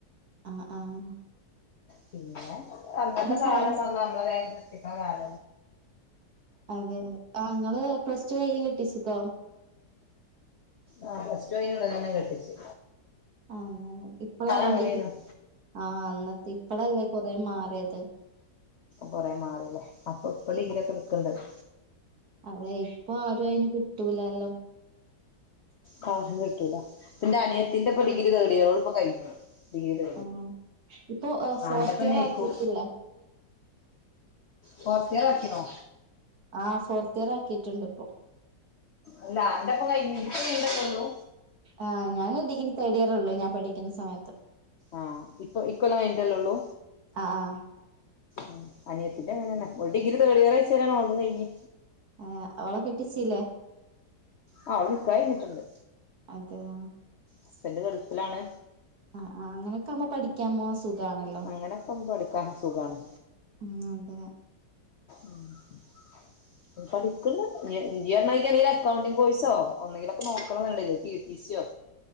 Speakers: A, on the right; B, on the left.
A: ആഹ ആഹ
B: പിന്നെ അന്നത്തെ കാലം
A: സയൻസ്
B: വന്ന നമ്മള വേഗ കെട്ടിക്കണ കാല
A: അതെ ആ നിങ്ങള് പ്ലസ് ടു കയ കെട്ടിച്ചിക്കോ
B: ആ പ്ലസ് ടുനൂട തന്നെ കെട്ടിച്ചു
A: അഹ ഇപ്പളാണോണ്ടക്ക്
B: അങ്ങനെയായിരുന്നു
A: ആഹ് അന്നത്തെ ഇപ്പഴല്ലേ കൊറ മാറിയത്
B: കൊറെ മാടല്ലേ അപ്പൊ ഇപ്പടി
A: ഇ
B: ഇങ്ങല കടുക്കണ്ടത്
A: അതെ ഇപ്പൊ ആരും അയിന് കിട്ടൂലല്ലോ
B: കാശും കിട്ടൂല പിന്നെ അനിയത്തിന്റെപ്പൊ ഡിഗ്രി തേർഡിയറാ ഇപ്പ കഴഞ്ഞു വീട്
A: അതെ ഇപ്പൊ ഫോർത്ത്
B: ആണ്ടപ്പന്നെ
A: ഇയർ
B: ഇയിക്കൂ
A: ആക്കിയിട്ടില്ലേ?
B: ഫോർത്തിയർ ആക്കിനോ
A: ആ ഫോർത്ത് ഇയർ ആക്കിട്ടുണ്ട് ഇപ്പൊ
B: അല്ല എന്റെപ്പൊ കൈഞ്ഞ് ഇപ്പ നീണ്ടപ്പള്ളു
A: ആ ഞാൻ ഡിഗ്രി തേർഡ് ഇയർള്ളൂ ഞാൻ പഠിക്കുന്ന സമയത്ത്
B: ആഹ് ഇപ്പൊ ഇക്കല്ല വന്തല്ലേള്ളൂ
A: ആഹ് ആഹ്
B: ഉം അനിയത്തിന്റെ അങ്ങനെന്നെ ഡിഗ്രി തേളിയറാഴ്ച്ച വര ഓലതും കഴിഞ്ഞ്
A: ആ അവളെ കെട്ടിച്ചല്ലേ
B: ആ അവടെ നിക്കാഹ് കഴിഞ്ഞിട്ടുണ്ട്
A: അതെയോ
B: ഹസ്ബന്റ് ഗൾഫിലാണ്
A: ആ ആ അങ്ങനെക്കെ ആമ്പോ പഠിക്കാമോ സുഖാണല്ലോ
B: അങ്ങനെക്ക എടുക്കാൻ അസുഖാണ്
A: ഉം അതെ
B: ഉം പഠിക്കുന്നു ഇ ഇതേ മാതിരി എന്തെങ്കിലും അക്കൗണ്ടി കോഴസോ ഒന്നെലൊക്കെ നോക്കണ പി ടി വിശ്യ